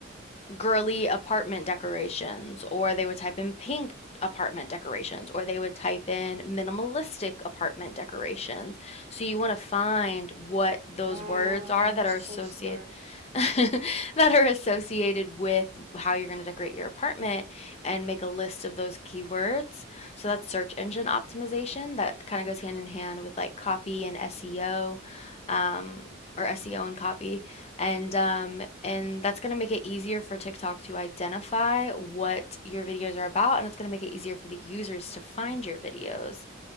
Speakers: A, on the left; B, on the right.
A: girly apartment decorations, or they would type in pink apartment decorations, or they would type in minimalistic apartment decorations. So you want to find what those
B: Wow,
A: words are
B: you're
A: that are
B: so
A: associated
B: smart.
A: <laughs> that are associated with how you're going to decorate your apartment and make a list of those keywords. So that's search engine optimization that kind of goes hand in hand with like copy and SEO um, or SEO and copy. And um, and that's going to make it easier for TikTok to identify what your videos are about and it's going to make it easier for the users to find your videos.